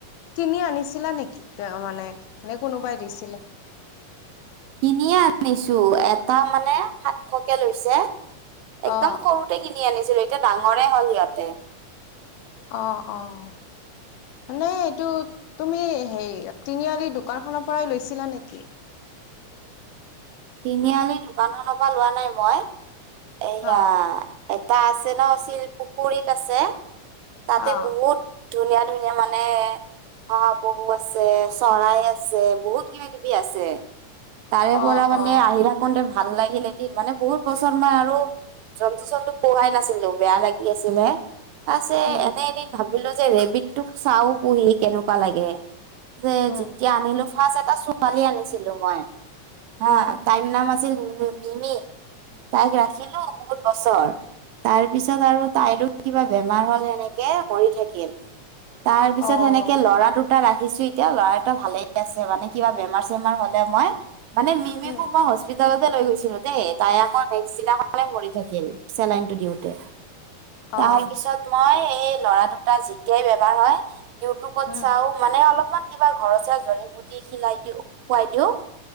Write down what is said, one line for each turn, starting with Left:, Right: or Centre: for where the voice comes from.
Left: কিনি আনিছিলা নেকি মানে নে কোনোবাই দিছিলে।
Right: কিনিয়ে আনিছো এটা মানে সাতশকে লৈছে, একদম
Left: অ
Right: সৰুতে কিনি আনিছিলো। এতিয়া ডাঙৰে হ'ল সিহঁতে
Left: অ', -অ'। মানে এইটো তুমি হেই তিনিআলি দোকানখনৰ পৰাই লৈছিলা নেকি?
Right: তিনিআলি দোকানখনৰ পৰা লোৱা নাই মই এয়া
Left: অ
Right: এটা আছে ন শিলপুখুৰীত আছে, তাতে
Left: অ
Right: বহুত ধুনীয়া ধুনীয়া মানে শহাপহু আছে, চৰাই আছে, বহুত কিব- কিবি আছে। তাৰে
Left: অ',
Right: পৰা
Left: অ',
Right: মানে আহি থাকোতে ভাল লাগিল এদিন মানে বহুত পচন্দ মই আৰু জন্তু-চন্তু পোহাই নাছিলো, বেয়া লাগি আছিল হে। আছে
Left: উম,
Right: এনে এদিন ভাবিলো যে ৰেবিতটোক চাও। পুহি কেনেকুৱা লাগে যে,
Left: উম,
Right: যেতিয়া আনিলো ফাৰ্ষ্ট এটা ছোৱালী আনিছিলো মই হা,
Left: উম,
Right: তাইৰ নাম আছিল মিমি। তাইক ৰাখিলো বহুত বছৰ। তাৰ পিছত আৰু তাইতো কিবা বেমাৰ হ'ল সেনেকে মৰি থাকিল। তাৰ পিছত
Left: অ',
Right: সেনেকে লৰা দুটা ৰাখিছো। এতিয়া ল'ৰা এটা ভালে আছে মানে কিবা বেমাৰ- চেমাৰ হ'লে মই মানে মিমিক
Left: উম,
Right: মই হস্পিটেল লতে লৈ গৈছিলো দেই, তাই আকৌ নেক্সট দিনাখনেই মৰি থাকিল চেলাইনটো দিওঁতে
Left: অ',
Right: তাৰ পিছত মই এই ল'ৰা দুটা যেতিয়াই বেমাৰ হয়। ইউটিউবত
Left: উম,
Right: চাও মানে অলপমান কিবা ঘৰচীয়া জৰি বুটি খিলাই দিও, খুৱাই দিও।